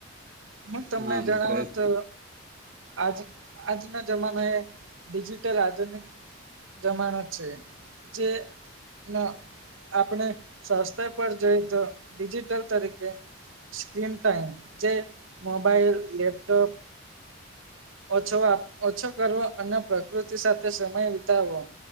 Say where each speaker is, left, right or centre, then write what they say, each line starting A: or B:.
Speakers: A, on the right; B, on the right.
A: હુ તમને
B: હા
A: જણાવુ
B: મિત્ર એ
A: તો આજ આજના જમાના એ ડિજિટલ આધુનિક જમાનો છે જે ન આપણે સ્વાસ્થ્ય પર જોઈ તો ડિજિટલ તરીકે સ્ક્રીન ટાઈમ જે મોબાઈલ લેપટોપ ઓછો ઓછો કરવો અને પ્રકૃતિ સાથે સમય વિતાવવો.